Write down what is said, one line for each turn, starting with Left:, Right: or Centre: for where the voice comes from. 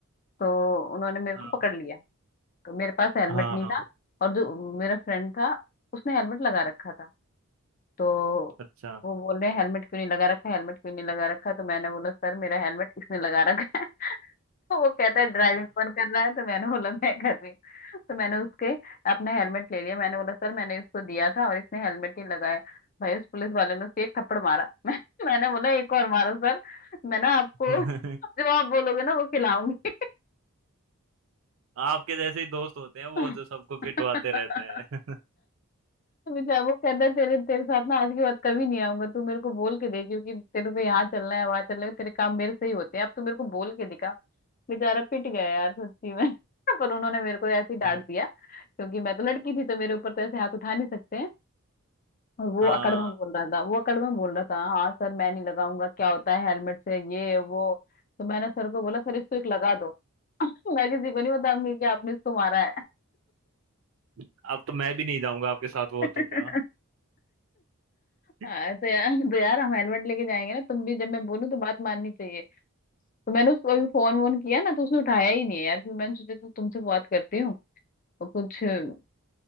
Left: तो उन्होंने मेरे को
Right: हाँ
Left: पकड़ लिया तो मेरे पास हेलमेट
Right: हाँ
Left: नहीं था और जो मेरा फ्रेंड था उसने हेलमेट लगा रखा था तो
Right: अच्छा
Left: वो बोल रहे हैं हेलमेट क्यों नहीं लगा रखा हेलमेट क्यों नहीं लगा रखा तो मैंने बोला सर मेरा हेलमेट इसने लगा रखा है <laughs> तो वो कहता है ड्राइविंग कौन कर रहा है तो मैंने बोला मैं कर रही हूँ तो मैंने उसके अपना हेलमेट ले लिया मैंने बोला सर मैंने इसको दिया था और इसने हेलमेट नहीं लगाया भाई उस पुलिस वाले ने उसे एक थप्पड़ मारा <laughs> मैं, मैंने बोला एक और मारो सर मैं ना आपको
Right: <laughs>
Left: जो आप बोलोगे ना वो खिलाऊंगी
Right: आपके जैसे ही दोस्त होते हैं
Left: <laughs>
Right: वो जो सबको पिटवाते रहते हैं
Left: <laughs> मुझे वो कहता है तेरे तेरे साथ ना आज के बाद कभी नहीं आऊंगा तू मेरे को बोल के दे क्योंकि तेरे को यहाँ चलना है वहां चलना है तेरे काम मेरे से ही होते हैं अब तू मेरे को बोल के दिखा बेचारा पिट गया यार सच्ची में <laughs> पर उन्होंने मेरे को ऐसे ही डांट
Right: <laughs>
Left: दिया क्योंकि मैं तो लड़की थी तो मेरे ऊपर तो ऐसे हाथ उठा नहीं सकते हैं और वो
Right: हाँ
Left: अकड़ में बोल रहा था वो अकड़ में बोल रहा था हाँ सर मैं नहीं लगाऊंगा क्या होता है हेलमेट से ये वो तो मैंने सर को बोला सर इसको एक लगा दो <laughs> मैं किसी को नहीं बताऊंगी कि आपने इसको मारा
Right: अब तो मैं भी नहीं जाऊंगा आपके साथ वो
Left: है <laughs>
Right: तो क्या <laughs>
Left: हाँ, तो यार तो यार हम हेलमेट लेके जाएंगे ना तुम भी जब मैं बोलूँ तो बात माननी चाहिए तो मैंने उसको अभी फोन वोन किया ना तो उसने उठाया ही नहीं है यार फिर मैंने सोचा तो तुमसे बात करती हूँ और कुछ चलते